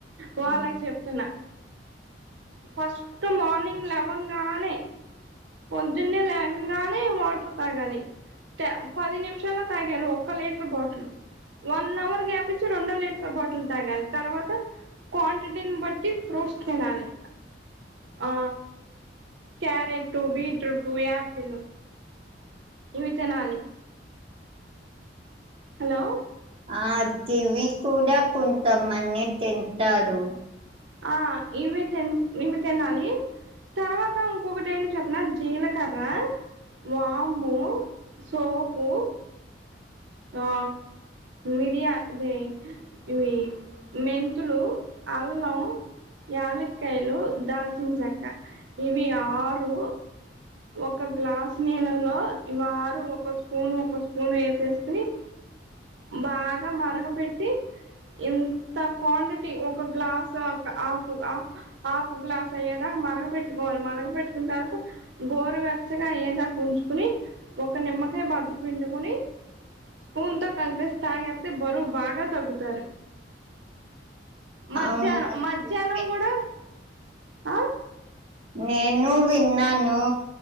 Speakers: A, on the right; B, on the right.
A: వాళ్ళక్చెప్తున్నా
B: మ్మ్
A: ఫస్ట్ మార్నింగ్ లెవెన్ గానే పొద్దునే లేవాగ నే వాటర్ తాగాలి పది నిమిషాలల్లో తగ్గేళి ఒక్క లీటర్ బాటిల్ వన్ అవర్ గ్యాపిచ్చి రెండో లీటర్ బాటిల్ తాగాలి తర్వాత క్వాంటిటీని బట్టి ఫ్రూట్స్ తినాలి ఆ క్యారెట్ బీట్రూట్టు ఆపిల్ ఇవి తినాలి హలో
B: ఆ కివి కూడా కొంతమంది తింటారు
A: ఆ ఇవి తన్ ఇవి తినాలి తర్వాత ఇంకొకటి ఏంటో చెప్పన జీలకర్రా వాము సోపు ఆ మిరియా అదే ఈవి మెంతులు అల్లం యాలికాయ్యలు దాల్చిన చక్క ఇవి ఆరు ఒక గ్లాస్ నిలల్లో ఇవ్వరు ఒక స్పూన్ ఒక స్పూన్ వేసేసుకుని బాగా మరగ పెెట్టి ఇంత క్వాంటిటీ ఒక గ్లాస్ దక్ హాఫ్ హాఫ్ గ్లాస్ అయ్యేదా మరగ పెట్టుకోవాలి మరగ పెట్టుకున్న తర్వాత గోరు వెచ్చగా ఏయ్యదా ఉంచుకుని ఒక నిమ్మకాయ బద్ద పిండుకుని స్పూన్ తో కలిపేసి తాగేతే బరువు బాగా తగ్గుతారు మధ్యాహ్నం
B: అవును
A: మధ్యాహ్నం కూడా ఆ
B: నేను విన్నాను